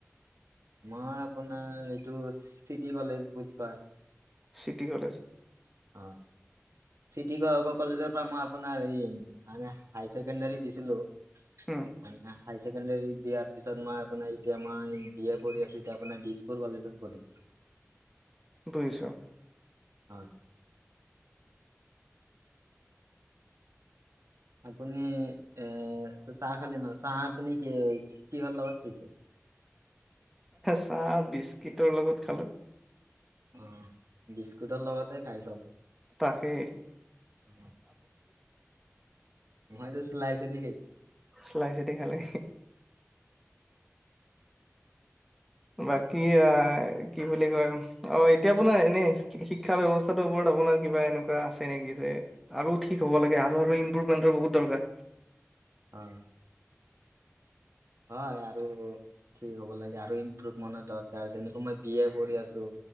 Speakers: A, on the right (about 75°); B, in the centre.
A: মই আপোনাৰ এইটো চিটি কলেজ বুলি কয়।
B: City college.
A: হয়। চিটি কলেজৰ পৰা মই আপোনাৰ এই মানে হাই ছেকেণ্ডাৰী দিছিলো।
B: উম।
A: মানে হাইাৰ ছেকেণ্ডাৰী দিয়াৰ পিছত মই আপোনাৰ এতিয়া মই বি এ পঢি আছো এতিয়া আপোনাৰ দিছপুৰ কলেজত। কৰি আছো।
B: দুইশ <inaudible>
A: হয়। আপুনি এ চাহ খালে ন? চাহ আপুনি কি কিহৰ লগত খাইছে?
B: চাহ বিস্কিটৰ লগত খালো।
A: অ বিস্কুটৰ লগতে খাই চবে।
B: তাকে
A: অ, মইতো চিলাই চদি খাইছো।
B: চলাই দি খালে। বাকী আহ কি বুলি কয়, অ এতিয়া আপোনাৰ এনেই শিক্ষা ব্যৱস্থাটোৰ ওপৰত আপোনাৰ কিবা এনেকুৱা আছে নেকি যে আৰু ঠিক হ'ব লাগে আৰু ইমপ্ৰুভমেন্টৰ বহুত দৰকাৰ।
A: হয়। হয় আৰু ঠিক হ'ব লাগে আৰু ইমপ্ৰুভমেনৰ দৰকাৰ, যেনেকা মই বি এ কৰি আছো